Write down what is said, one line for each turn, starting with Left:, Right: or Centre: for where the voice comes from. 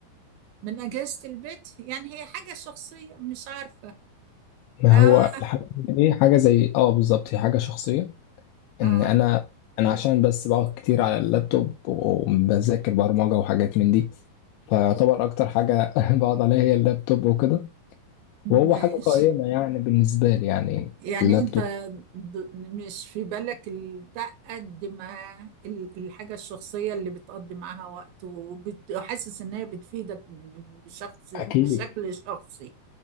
Right: من اجهزه البيت يعني هي حاجه شخصيه مش عارفه
Left: ما
Right: اه
Left: هو الحاجة دي حاجة زي اه بالظبط هي حاجة شخصية ان
Right: اه
Left: انا انا عشان بس بقعد كتير على اللابتوب وبذاكر برمجة وحاجات من دي فيعتبر اكتر حاجة <laughs> بقعد عليها هي اللابتوب وكده وهو
Right: ماشي
Left: حاجة قائمة يعني بالنسبة لي يعني
Right: يعني
Left: اللابتوب
Right: انت ض- مش في بالك البتاع قد ما ال- الحاجه الشخصيه اللي بتقضي معاها وقت وحاسس ان هي بتفيدك بشخص بشكل
Left: اكيد
Right: شخصي